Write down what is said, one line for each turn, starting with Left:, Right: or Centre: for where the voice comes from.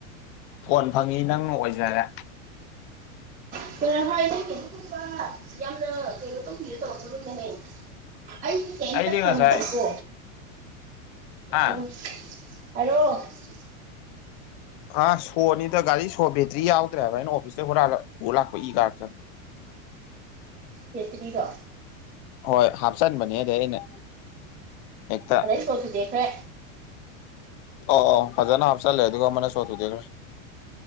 Left: ꯐꯣꯟ ꯐꯪꯉꯤ ꯅꯪꯅ ꯑꯣꯏꯖꯔꯦ
Right: <unintelligible> ꯌꯥꯝꯅ ꯀꯩꯅꯣ ꯇꯧꯕꯤꯔ ꯇꯧꯔꯛꯀꯅꯨꯅꯍꯦ ꯑꯩꯒꯤ ꯀꯔꯝꯇ
Left: ꯑꯩꯗꯤ
Right: ꯐꯪꯗꯔꯤꯀꯣ
Left: ꯉꯁꯥꯏ ꯍꯥ
Right: ꯎ ꯍꯥꯏꯔꯛꯑꯣ <inaudible>
Left: ꯑꯁ ꯁꯣꯅꯤꯗ ꯒꯥꯔꯤ ꯁꯣ ꯕꯦꯇ꯭ꯔꯤ ꯌꯥꯎꯗ꯭ꯔꯦ ꯍꯥꯏꯕ ꯑꯩꯅ ꯑꯣꯐꯤꯁꯇꯩ ꯍꯨꯔꯥꯜꯂ ꯄꯨꯂꯥꯛꯄ ꯏꯀꯥꯔꯛꯇꯅ
Right: ꯕꯦꯇ꯭ꯔꯤꯔꯣ
Left: ꯍꯣꯏ ꯍꯥꯞꯆꯟꯕꯅꯦ ꯑꯗ ꯑꯩꯅ ꯍꯦꯛꯇ
Right: ꯑꯩ ꯁꯣ ꯊꯨꯗꯦꯛꯈꯔꯦ
Left: ꯑꯣ ꯐꯖꯅ ꯍꯥꯞꯆꯜꯂꯦ ꯑꯗꯨꯒ ꯑꯃꯅ ꯁꯣ ꯊꯨꯗꯦꯛꯈꯔꯦ